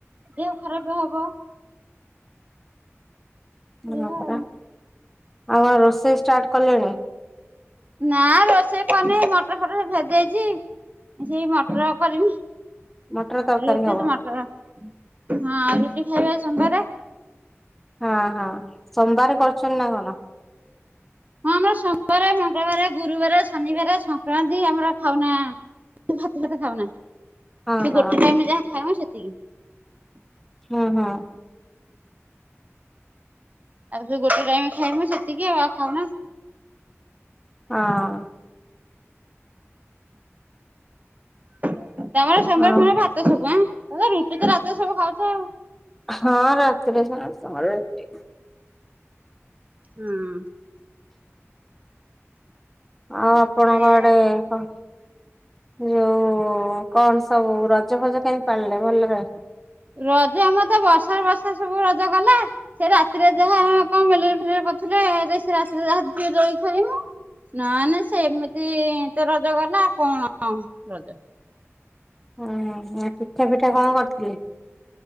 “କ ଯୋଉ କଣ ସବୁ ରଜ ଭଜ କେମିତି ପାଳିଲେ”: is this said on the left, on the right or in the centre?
Centre